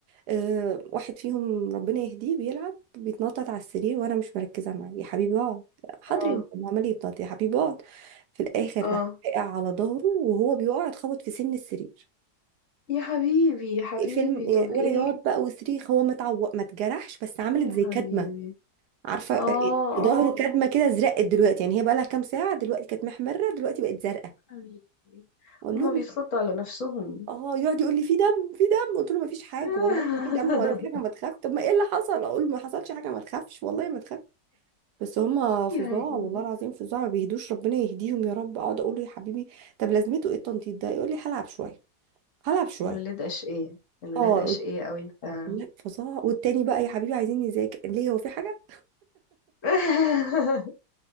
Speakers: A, on the right; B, on the left.
A: أه واحد فيهم ربنا يهديه بيلعب بيتنطط على السرير وانا مش مركزه معاه يا حبيبي اقعد حاضر
B: اه
A: يا ماما، عمال يتنطط يا حبيبي اقعد في الاخر
B: اه
A: راح وقع على ظهره وهو بيقع اتخبط في سن السرير
B: يا حبيبي يا حبيبي
A: فيلم
B: طب
A: وعياط
B: ايه
A: بقى وصريخ هو ما اتعو- ما اتجرحش بس عملت
B: يا
A: زي
B: حبيبي
A: كدمه عارفه آه،
B: اه
A: في ظهره
B: اه
A: كدمه كده زرقت دلوقتي يعني هي بقى لها كام ساعه دلوقتي كانت محمره دلوقتي بقت زرقاء
B: حبيبي
A: اقول
B: هما
A: لهم
B: بيتخضوا على نفسهم
A: اه يقعد يقول لي في دم في دم قلت له ما فيش حاجه
B: <laughs>
A: والله ما في دم ولا في حاجه ما تخاف طب ما ايه اللي حصل اقول له ما حصلش حاجه ما تخافش والله ما تخاف بس هم فظاع
B: يا عيني
A: والله العظيم فظاع ما بيهدوش ربنا يهديهم يا رب اقعد اقول له يا حبيبي طب لازمته ايه التنطيط ده يقول لي هلعب شويه هلعب شويه
B: الولاد أشقية الولاد
A: اه
B: أشقية قوي فعلا
A: لا فظاع والتاني بقى يا حبيبي عايزين نذاكر ليه هو في حاجه
B: <laughs>